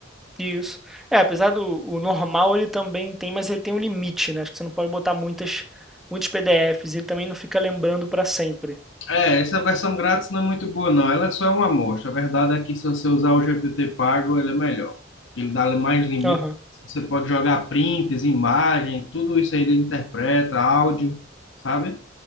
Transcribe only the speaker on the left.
É, essa versão grátis não é muito boa, não. Ela só é uma amostra. A verdade é que se você usar o GPT pago, ele é melhor. Ele dá mais limites.
Você pode jogar prints, imagem, tudo isso aí ele interpreta, áudio, sabe?